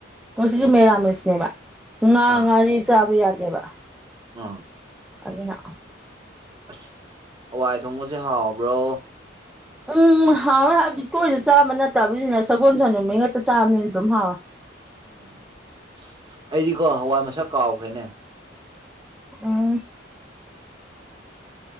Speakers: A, in the centre; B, on the right (about 25°).
A: ꯃꯁꯤꯒꯤ ꯃꯦꯔꯥꯃꯤꯁꯅꯦꯕ ꯉꯥ
B: ꯑꯥ
A: ꯉꯥꯔꯤ ꯆꯥꯕ ꯌꯥꯗꯦꯕ
B: ꯑꯥ
A: ꯑꯗꯨꯅ
B: ꯑꯁ ꯍꯋꯥꯏ ꯊꯣꯡꯕꯁꯦ ꯍꯥꯎꯕ꯭ꯔꯣ
A: ꯎꯝ ꯎꯝ ꯍꯥꯎꯋꯦ ꯍꯥꯏꯕꯗꯤ ꯇꯣꯏꯅ ꯆꯥꯕ ꯅꯠꯇꯕꯅꯤꯅ ꯁꯒꯣꯜ ꯁꯦꯜ ꯅꯨꯃꯤꯠ ꯉꯛꯇ ꯆꯥꯕꯅꯤꯅ ꯑꯗꯨꯝ ꯍꯥꯎꯋꯦ
B: ꯎꯝ ꯑꯁ ꯑꯩꯗꯤꯀꯣ ꯍꯋꯥꯏ ꯃꯁꯛ ꯀꯥꯎꯈ꯭ꯔꯦꯅꯦ
A: ꯎꯝ